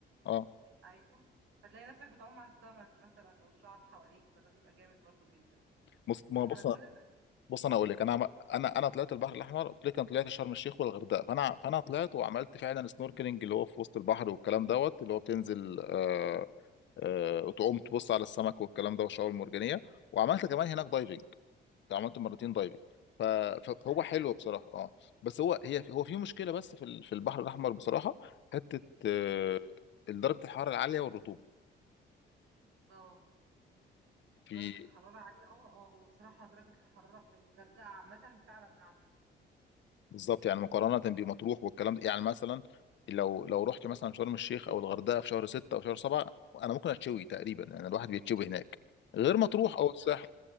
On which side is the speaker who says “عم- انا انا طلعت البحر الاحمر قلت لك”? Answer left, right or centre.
Left